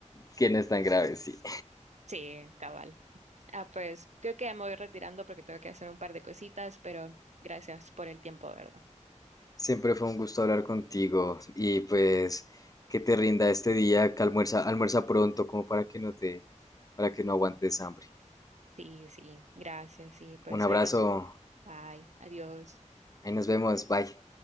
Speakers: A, on the left; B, on the right.
A: que no es tan grave, sí.
B: Sí, cabal. Ah, pues creo que ya me voy retirando porque tengo que hacer un par de cositas, pero gracias por el tiempo, ¿verdad?
A: Siempre fue un gusto hablar contigo y pues que te rinda este día, que almuerza, almuerza pronto como para que no te, para que no aguantes hambre.
B: Sí, sí, gracias, sí, pues
A: Un abrazo.
B: ahí nos, bye, adiós.
A: Ahí nos vemos. Bye.